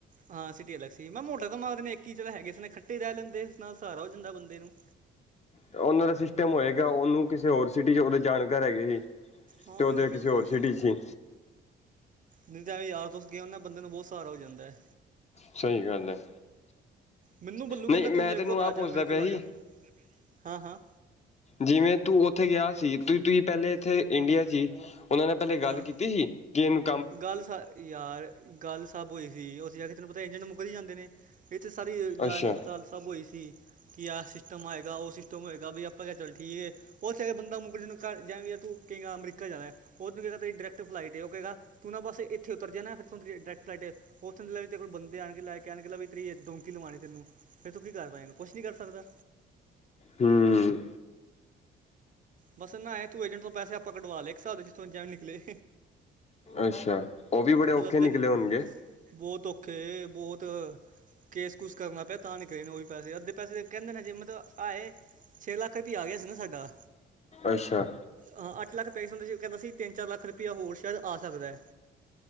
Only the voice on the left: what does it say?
ਉਹਨਾਂ ਦਾ ਸਿਸਟਮ ਹੋਏਗਾ ਉਹਨੂੰ ਕਿਸੇ ਹੋਰ ਸਿਟੀ ਚ ਉਹਦੇ ਜਾਣਕਾਰ ਹੈਗੇ ਸੀ।
ਤੇ ਉਹਦੇ
ਕਿਸੇ
ਹੋਰ ਸਿਟੀ
ਚ ਸੀ।
ਸਹੀ ਗੱਲ ਹੈ।
ਨਹੀਂ
ਮੈਂ
ਤੈਨੂੰ
ਆਹ
ਪੁੱਛਦਾ
ਪਿਆ
ਸੀ
ਜਿਵੇਂ ਤੂੰ ਉੱਥੇ ਗਿਆ ਸੀ ਤੁਸੀਂ ਪਹਿਲੇ ਇਥੇ ਇੰਡੀਆ ਸੀ ਉਹਨਾਂ ਨੇ ਪਹਿਲੇ ਗੱਲ
ਕੀਤੀ ਸੀ। ਕਿਨੂੰ
ਅੱਛਾ
ਹਮ
ਅੱਛਾ ਉਹ ਵੀ ਬੜੇ ਔਖੇ
ਨਿਕਲੇ
ਹੋਣਗੇ
ਅੱਛਾ।